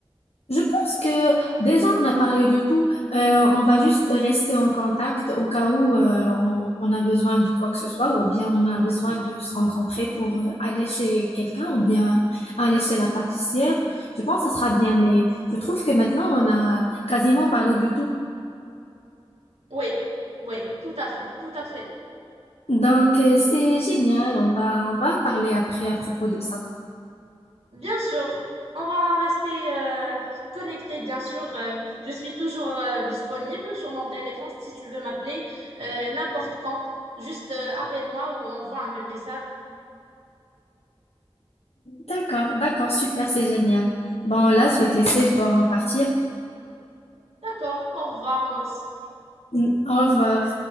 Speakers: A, on the left (about 85°); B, on the right (about 80°).
A: Je pense que déjà on a parlé de tout. Euh, on va juste rester en contact au cas où euh, on, on a besoin de quoi que ce soit, ou bien on a besoin de se rencontrer pour euh, aller chez quelqu'un, ou bien aller chez la pâtissière. Je pense que ça sera bien, mais je trouve que maintenant on a quasiment parlé de tout.
B: Oui, oui, tout à fait, tout à fait.
A: Donc euh, c'est génial. On va on va parler après à propos de ça.
B: Bien sûr, on va rester euh, connectés, bien sûr. Euh, je suis toujours euh, disponible sur mon téléphone si tu veux m'appeler euh, n'importe quand. Juste euh, appelle-moi ou envoie un message.
A: D'accord, d'accord, super, c'est génial. Bon là je vais te laisser, je dois m'en partir.
B: D'accord, au revoir, moi aussi.
A: Au revoir.